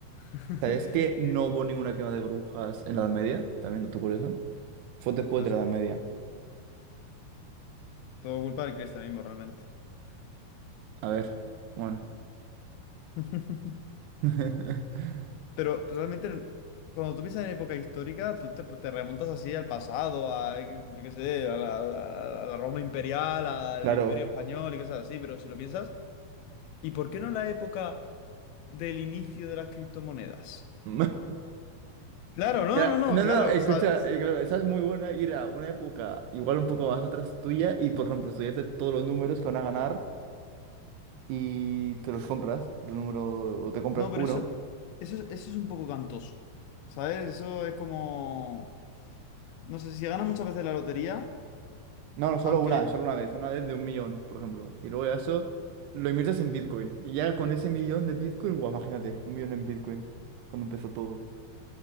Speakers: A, on the left (about 80°); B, on the right (about 80°).
A: <laughs>
B: ¿Sabes que no
A: Y-
B: hubo ninguna quema de brujas en la Edad Media? También, dato curioso. Fue después
A: No
B: de la
A: sé,
B: Edad Media.
A: todo culpa del cristianismo realmente.
B: A ver, bueno.
A: <laughs>
B: <laughs>
A: Pero realmente, cuando tú piensas en época histórica, tú te, te remontas así al pasado, a, yo qué sé, a la, a la Roma imperial, al
B: Claro.
A: Imperio Español y cosas así, pero si lo piensas, ¿Y por qué no en la época del inicio de las criptomonedas?
B: <laughs>
A: Claro, no,
B: Ya,
A: no, no,
B: No,
A: claro.
B: no, no, escucha,
A: ¿sabes?
B: eh, claro, esa es muy buena ir a una época igual un poco más atrás tuya y, por ejemplo, estudiarte todos los números que van a ganar y te los compras, el número, o te compras
A: No, pero
B: uno.
A: eso, eso, es- eso es un poco cantoso. ¿Sabes? Eso es como. No sé, si ganas muchas veces la lotería,
B: No, no, solo
A: aunque
B: una, solo una vez, una vez de un millón, por ejemplo. Y luego ya eso lo inviertes en Bitcoin. Y ya con ese millón de Bitcoin, guau, imagínate, un millón en Bitcoin, cuando empezó todo.